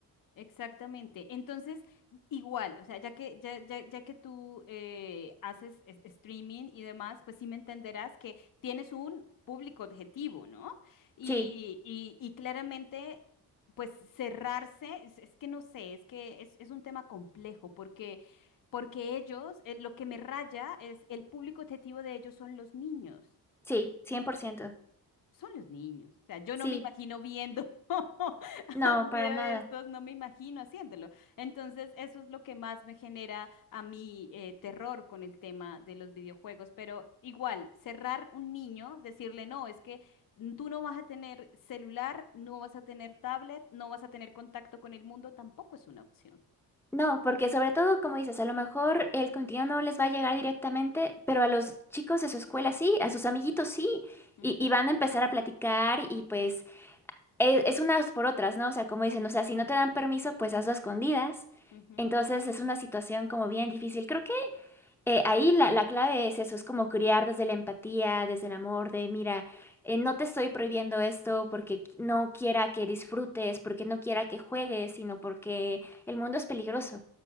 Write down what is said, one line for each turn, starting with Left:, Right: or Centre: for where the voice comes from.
Left: Exactamente. Entonces, igual, o sea, ya que, ya, ya, ya que tú eh, haces es- streaming y demás, pues sí me entenderás que tienes un público objetivo, ¿no? Y,
Centre: sí,
Left: y, y claramente, pues cerrarse, es, es que no sé, es que es, es un tema complejo porque... Porque ellos, eh, lo que me raya es el público objetivo de ellos son los niños
Centre: sí, cien por ciento,
Left: son los niños. O sea, yo
Centre: Sí,
Left: no me imagino viendo <laughs> a
Centre: no,
Left: un
Centre: para
Left: video
Centre: nada.
Left: de estos, no me imagino haciéndolo. Entonces, eso es lo que más me genera a mí eh, terror con el tema de los videojuegos. Pero igual, cerrar un niño, decirle, no, es que tú no vas a tener celular, no vas a tener tablet, no vas a tener contacto con el mundo, tampoco es una opción.
Centre: No, porque sobre todo, como dices, a lo mejor el contenido no les va a llegar directamente, pero a los chicos de su escuela sí, a sus amiguitos sí,
Left: Ujú,
Centre: y, y van a empezar a platicar y pues e- es, unas por otras, ¿no? O sea, como dicen, o sea, si no te dan permiso, pues hazlo a escondidas.
Left: ujú,
Centre: Entonces es una situación como bien difícil. Creo eh, ahí la, la clave es eso, es como criar desde la empatía, desde el amor, de mira, eh, no te estoy prohibiendo esto porque no quiera que disfrutes, porque no quiera que juegues, sino porque el mundo es peligroso,